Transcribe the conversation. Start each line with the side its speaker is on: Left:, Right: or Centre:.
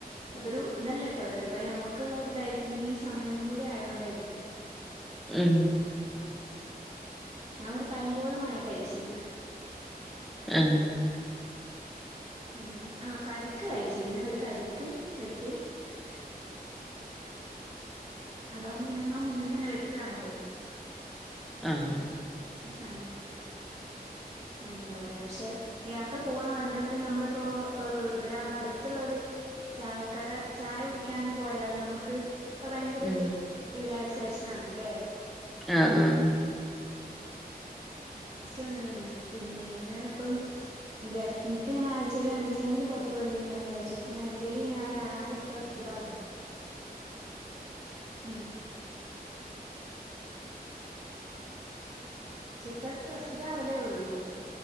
Right: അതൊരു ഇതല്ലട്ടോ ചെലപ്പോ ഞമ്മുക്കുള്ളവ ഇതായിരിക്കും പിന്നെ ഈ സമയം കൂടെ ആയൊണ്ടായിരിക്കും
Centre: ഉം
Right: ഞാനൊരു പയം പോലും വാങ്ങി കയിച്ചീല്ല
Centre: ആഹ്
Right: അങ്ങനെ ആഹ് കരിക്കുകഴിച്ചിരുന്നേ ഒരു കരിക്ക് വെട്ടി അതാമ്പോ പിന്നെ നമ്മളാ മുന്നിന്നെന്നെ വെട്ടാണല്ലോ
Centre: ആഹ്
Right: അങ്ങനെ എന്താ പറയാ പക്ഷെ യാത്ര പോവാന്നുപറയുമ്പോ ഇപ്പഞമ്മളിപ്പോ പ്പ മിവിടെ നമ്മുടെയടുത്തുള്ള യൊരു ചായക്കടെ ചായ കുടിക്കാനും പോയാലും നമുക്ക് അതു ഭയങ്കരരു
Centre: ഉം
Right: റിലാക്സേഷനാണല്ലേ
Centre: ആഹ് ആഹ്
Right: എനിക്കുമങ്ങനെന്നെ, പിന്നെ ഞാനെപ്പളും വിചാരിക്കും, എനിക്കു ഇങ്ങനെ ആഴ്‌ച്ചീല് രണ്ടുസങ്കിലും പുറത്തു പോയിരുന്നെങ്കിൽ ഞാൻ വിചാരിച്ചിരിക്കണേ ഇല്ലെങ്കിൽ ഞാനാകെ സ്ട്രെസിഡാകും ഉം ചിലപ്പോ സ്ട്രെസ്സി ഡാവലെയുള്ളൂ